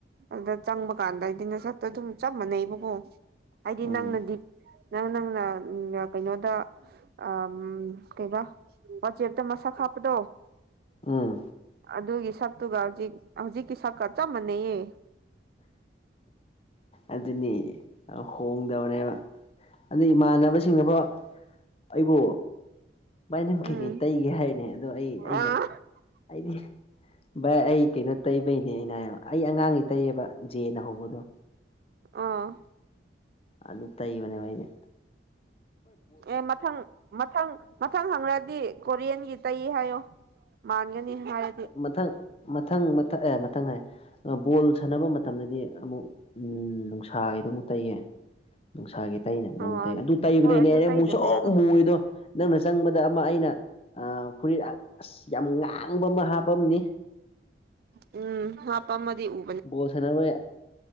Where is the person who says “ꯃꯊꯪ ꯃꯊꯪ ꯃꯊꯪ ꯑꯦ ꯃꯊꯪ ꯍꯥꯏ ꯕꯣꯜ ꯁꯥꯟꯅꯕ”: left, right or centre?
Left